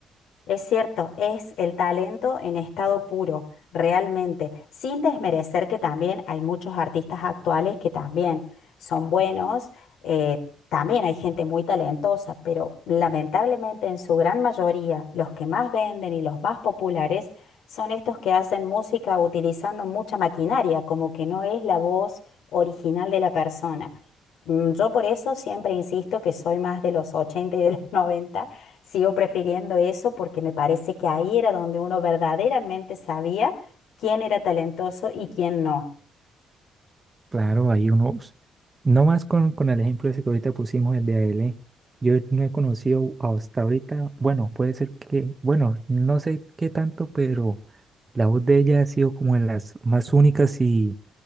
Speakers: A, on the left (about 80°); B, on the right (about 25°).
A: Es cierto, es el talento en estado puro, realmente, sin desmerecer que también hay muchos artistas actuales que también son buenos, eh, también hay gente muy talentosa, pero lamentablemente en su gran mayoría los que más venden y los más populares son estos que hacen música utilizando mucha maquinaria, como que no es la voz original de la persona. Mm, Yo por eso siempre insisto que soy más de los 80 y de los 90. Sigo prefiriendo eso porque me parece que ahí era donde uno verdaderamente sabía quién era talentoso y quién no.
B: Claro, hay unos, no más con, con el ejemplo ese que ahorita pusimos, el de A L. E. yo no he conocido hasta ahorita, bueno, puede ser que, bueno, no sé qué tanto, pero la voz de ella ha sido como de las más únicas y